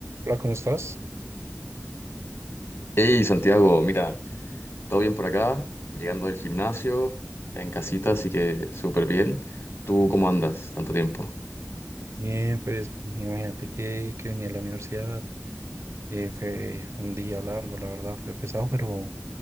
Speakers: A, on the right; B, on the left.
A: Hola, ¿cómo estás?
B: Hey Santiago, mira, todo bien por acá, llegando del gimnasio, ya en casita, así que súper bien. ¿Tú cómo andas? Tanto tiempo.
A: Bien, pues imagínate que, que venía a la universidad, eh, fue un día largo, la verdad, fue pesado, pero,